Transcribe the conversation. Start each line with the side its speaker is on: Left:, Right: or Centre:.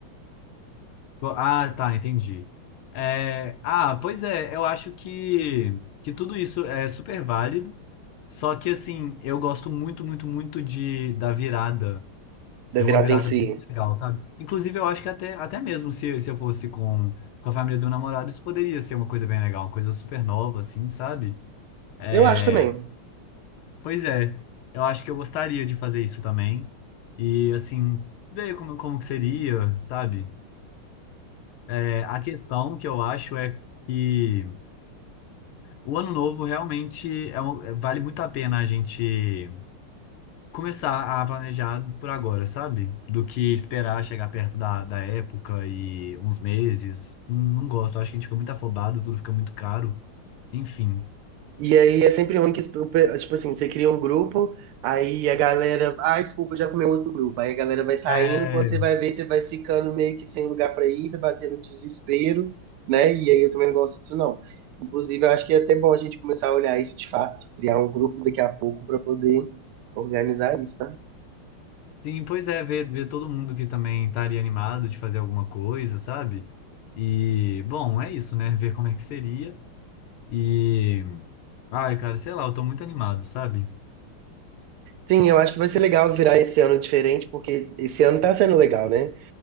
Left: Bo- Ah, tá, entendi. É, ah, pois é, eu acho que, que tudo isso é super válido, só que assim, eu gosto muito, muito, muito de da virada.
Right: Da
Left: Tem
Right: virada
Left: uma virada
Right: em si.
Left: bem legal, sabe? Inclusive, eu acho que até, até mesmo se, se eu fosse com, com a família do namorado, isso poderia ser uma coisa bem legal, uma coisa super nova, assim, sabe? É,
Right: Eu acho também.
Left: pois é, eu acho que eu gostaria de fazer isso também. E, assim, ver como, como que seria, sabe? É, a questão que eu acho é que o ano novo realmente é uma- vale muito a pena a gente. começar a planejar por agora, sabe? Do que esperar chegar perto da, da época e uns meses. Não, não gosto, acho que a gente fica muito afobado, tudo fica muito caro. Enfim.
Right: E aí é sempre ruim que, tipo assim, você cria um grupo, aí a galera, ah, desculpa, eu já comeu outro grupo. Aí a galera vai saindo,
Left: É,
Right: e quando você vai ver, você vai ficando meio que sem lugar pra ir, vai batendo desespero, né? E aí eu também não gosto disso, não. Inclusive, eu acho que é até bom a gente começar a olhar isso de fato, criar um grupo daqui a pouco pra poder organizar isso, tá?
Left: sim, pois é, ver, ver todo mundo que também estaria animado de fazer alguma coisa, sabe? E, bom, é isso, né? Ver como é que seria. E, ai, cara, sei lá, eu tô muito animado, sabe? <laughs>
Right: Sim, eu acho que vai ser legal virar esse ano diferente, porque esse ano tá sendo legal, né?